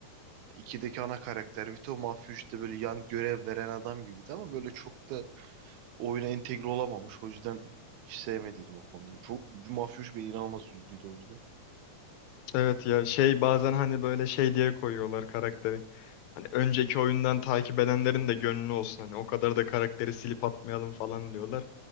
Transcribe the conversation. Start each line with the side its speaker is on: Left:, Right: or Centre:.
Right: 2'deki ana karakter Vito Mafya 3'te böyle yan görev veren adam gibiydi ama böyle çok da oyuna entegre olamamış. O yüzden hiç sevmediydim o konuda. Çok Mafya 3 beni inanılmaz üzdüydü o yüzden.
Left: Evet ya şey bazen hani böyle şey diye koyuyorlar karakteri. Hani önceki oyundan takip edenlerin de gönlü olsun. Hani o kadar da karakteri silip atmayalım falan diyorlar.